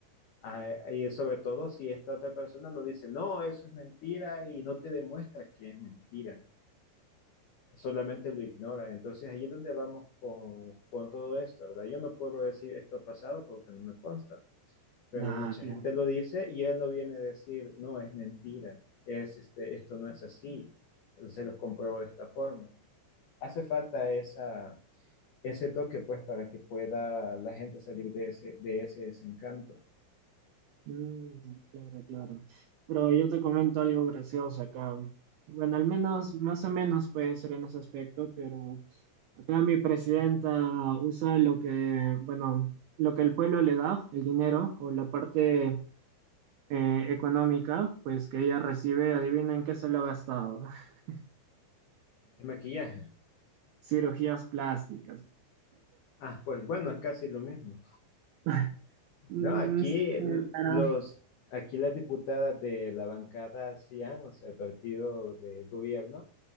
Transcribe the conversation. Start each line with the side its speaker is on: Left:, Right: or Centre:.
Left: Ah, Y sobre todo si esta otra persona no dice, no, eso es mentira y no te demuestra que es mentira, solamente lo ignora. Entonces ahí es donde vamos con, con todo esto, ¿verdad? Yo no puedo decir esto ha pasado porque no me consta, pero
Right: Ah,
Left: mucha
Right: claro.
Left: gente lo dice y él no viene a decir, no, es mentira, es, este, esto no es así, se los compruebo de esta forma. Hace falta esa, ese toque pues para que pueda la gente salir de ese, de ese desencanto.
Right: Mm, claro, claro. Pero yo te comento algo gracioso acá. Bueno, al menos, más o menos puede ser en ese aspecto, pero acá mi presidenta usa lo que, bueno, lo que el pueblo le da, el dinero o la parte eh, económica, pues que ella recibe, adivinen qué se lo ha gastado, <laughs>
Left: El maquillaje.
Right: cirugías plásticas.
Left: Ah, pues bueno, es casi lo mismo.
Right: <laughs> Mm,
Left: No, aquí
Right: sí,
Left: el-
Right: eh, pero
Left: los, aquí las diputadas de la bancada CIAN, o sea, el partido de gobierno,